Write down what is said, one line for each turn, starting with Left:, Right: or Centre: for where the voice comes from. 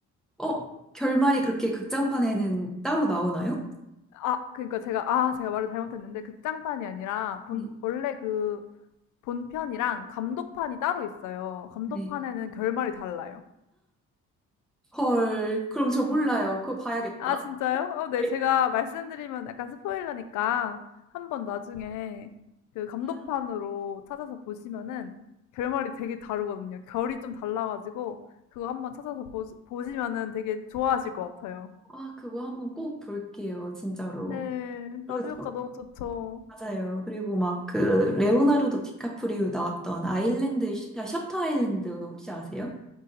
Centre: 어? 결말이 그렇게 극장판에는 따로 나오나요?
Left: 아, 그러니까 제가, 아, 제가 말을 잘못했는데, 극장판이 아니라, 본,
Centre: 네.
Left: 원래 그 본편이랑 감독판이 따로 있어요. 감독판에는
Centre: 네.
Left: 결말이 달라요.
Centre: 헐, 그럼 저 몰라요. 그거 봐야겠다.
Left: 아 진짜요? 어 네.
Centre: <laughs>
Left: 제가 말씀드리면 약간 스포일러니까 한번 나중에 그 감독판으로
Centre: 아,
Left: 찾아서 보시면은 결말이 되게 다르거든요. 결이 좀 달라 가지고 그거 한번 찾아서 보시 보시면은 되게 좋아하실 것 같아요.
Centre: 아, 그거 한번 꼭 볼게요, 진짜로.
Left: 네.
Centre: 그리고
Left: 나비효과 너무 좋죠.
Centre: 맞아요. 그리고 막 그 레오나르도 디카프리오 나왔던 아일랜드 셔- 아, 셔터 아일랜드 혹시 아세요?